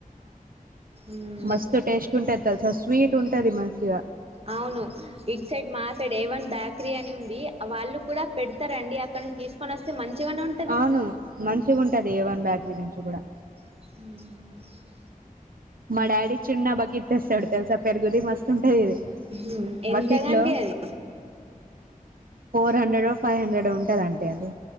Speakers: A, on the right (about 45°); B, on the right (about 80°).
A: మ్మ్
B: మస్త్ టేస్ట్ ఉంటా తెల్సా స్వీట్ ఉంటాది మంచిగా
A: అవును ఇట్ సైడ్ మా సైడ్ ఏ వన్ బ్యాకరీ అని ఉంది వాళ్ళు కూడా పెడతారండి అక్కడ తీసుకొని వస్తే మంచిగానే ఉ
B: అవును మంచిగా ఉంటాది ఏ వన్ బ్యాటరీ నుంచి గూడా
A: ఉ హు
B: మా డాడీ చిన్న బకెట్ తెస్తాడు తెలుసా పెరుగుది మస్తు ఉంటది ఇది
A: హు ఎంతగాండి
B: బకెట్ లో
A: అది
B: ఫోర్ హండ్రెడ్డో ఫై హండ్రెడ్డో ఉంటాదండి అది